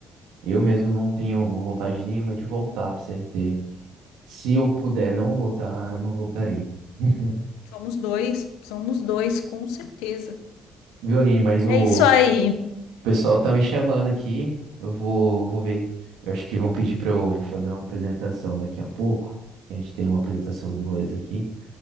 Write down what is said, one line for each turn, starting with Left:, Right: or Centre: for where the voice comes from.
Right: Eu mesmo não tenho vontade nenhuma de voltar pro CLT. Se eu puder não voltar, eu não voltarei. <laughs>
Left: Somos dois, somos dois, com certeza.
Right: Viu, Aline? Mas o
Left: É isso aí.
Right: pessoal tá me chamando aqui. Eu vou, vou ver. Eu acho que vão pedir para eu fazer uma apresentação daqui a pouco. A gente tem uma apresentação em inglês aqui